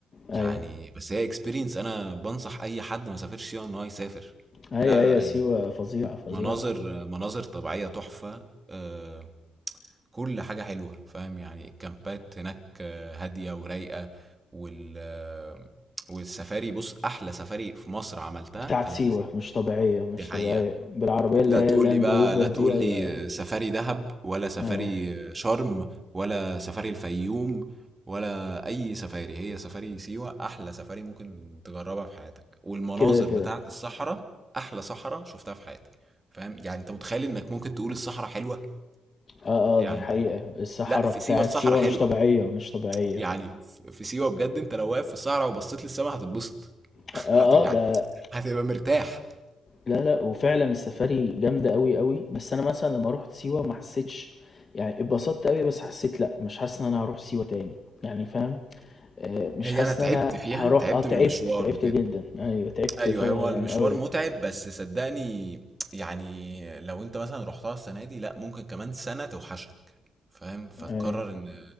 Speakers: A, on the right (about 20°); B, on the left (about 40°).
A: يعني
B: اي
A: بس هي اكسبيرينس انا بنصح اي حد ما سافرش فيها ان هو يسافر
B: هي
A: لا لا
B: هي سيوة
A: اي
B: فظيعة فظيعة
A: مناظر مناظر طبيعيه تحفه آه كل حاجه حلوه فاهم يعني الكامبات هناك آه، هاديه ورايقه وال آه، والسفاري بص احلى سفاري في مصر عملتها
B: بتاعت
A: كانت
B: سيوة
A: في سيوه
B: مش طبيعية مش
A: دي حقيقه
B: طبيعية بالعربية اللي
A: لا
B: هي
A: تقول
B: اللاند
A: لي بقى
B: روفر
A: لا تقول
B: دي ولا
A: لي سفاري دهب ولا سفاري
B: آه
A: شرم ولا سفاري الفيوم ولا اي سفاري هي سفاري سيوة احلى سفاري ممكن تجربها في حياتك والمناظر
B: كده كده
A: بتاعت الصحراء احلى صحراء شفتها في حياتي فاهم يعني انت متخيل انك ممكن تقول الصحراء حلوة
B: اه
A: يعني
B: اه دي حقيقة الصحراء
A: لا في
B: بتاعت
A: سيوة الصحراء
B: سيوة
A: حلوة
B: مش طبيعية مش طبيعية
A: يعني في سيوة بجد انت لو واقف في الصحراء وبصيت للسماء هتتبسط
B: اه
A: <laughs> هت يعني
B: اه ده
A: هتبقى مرتاح
B: لا لأ وفعلًا السفاري جامدة أوي، أوي، بس أنا مثلًا لمّا رُحت سيوة ما حسيتش يعني اتبسطت أوي بس حسيت لأ، مش حاسس إن أنا هاروح سيوة تاني، يعني فاهم، آآ مش
A: هي
B: حاسس
A: انا تعبت
B: إن أنا
A: فيها
B: هاروح
A: تعبت
B: آه تعبت،
A: من المشوار
B: تعبت
A: وكده
B: جدًا، أيوه تعبت
A: أيوه،
B: ف يعني
A: هو المشوار
B: أوي،
A: متعب، بس صدّقني يعني لو أنت مثلًا رُحتها السنة دي، لأ ممكن كمان سنة توحشك، فاهم؟ فتقرر
B: أيوه،
A: إن